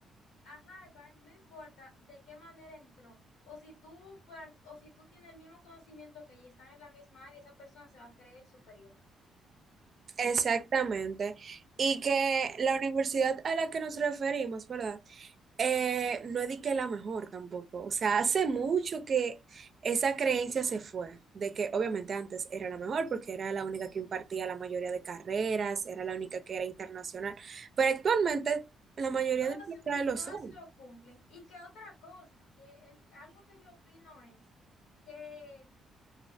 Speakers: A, on the left; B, on the right.
A: a Harvard, no importa de qué manera entró, o si tú, por al- o si tú tienes el mismo conocimiento que ella, están en la misma área, esa persona se va a creer superior.
B: Exactamente. Y que la universidad a la que nos referimos, ¿verdad? Eh, no es de que la mejor tampoco. O sea, hace mucho que esa creencia se fue, de que obviamente antes era la mejor porque era la única que impartía la mayoría de carreras, era la única que era internacional, pero actualmente la mayoría
A: Todas,
B: de los universidades lo
A: todas
B: son.
A: lo cumplen. Y que otra cosa, que el- algo que yo opino es que